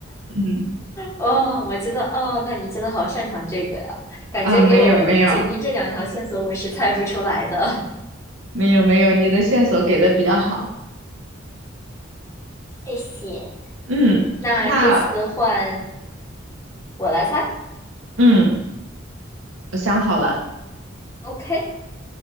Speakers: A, on the right; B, on the left.
A: 嗯
B: 哦，我觉得，哦，那你真的好擅长这个呀，感觉给我仅凭这两条线索，
A: 啊，没有没有
B: 我是猜不出来的。
A: 没有没有，你的线索给的比较好。
B: <laughs> 谢谢。
A: 嗯，
B: 那这次换
A: 那
B: 我来猜
A: 嗯，我想好了。
B: ，OK。